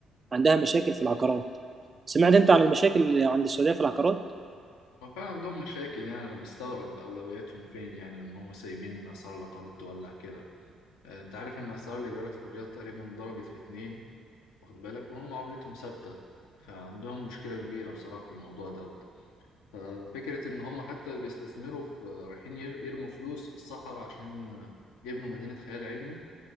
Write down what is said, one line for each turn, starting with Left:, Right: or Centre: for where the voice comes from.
Right: عندها مشاكل في العقارات سمعت انت عن المشاكل اللي عند السعوديه في العقارات
Left: ما فعلا عندهم مشاكل يعني انا بستغرب اولوياتهم فين يعني لما هم سايبين اسعار العقارات تولع كده آه، انت عارف ان اسعار الايجارات في الرياض تقريبا ضربت في اتنين واخد بالك وهم عملتهم ثابتة فعندهم مشكلة كبيرة بصراحة في الموضوع دوت ففكرة إن هم حتى بيستثمروا في رايحين ير- يرموا فلوس في الصحراء عشان يبنوا مدينة خيال علمي